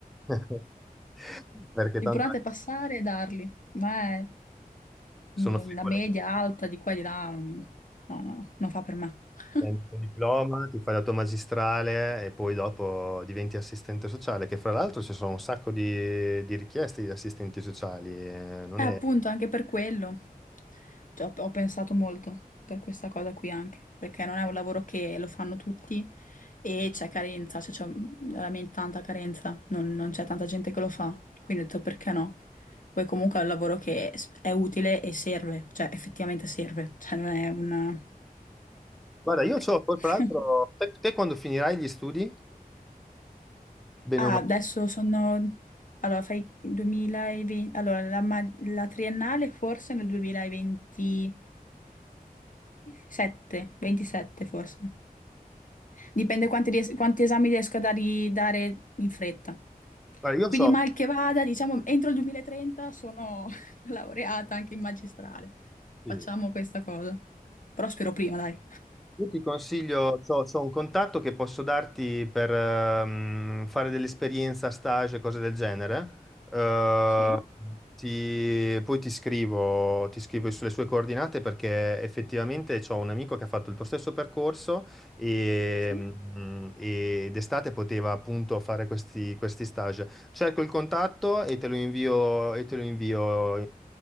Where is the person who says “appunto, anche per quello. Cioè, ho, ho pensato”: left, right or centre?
Left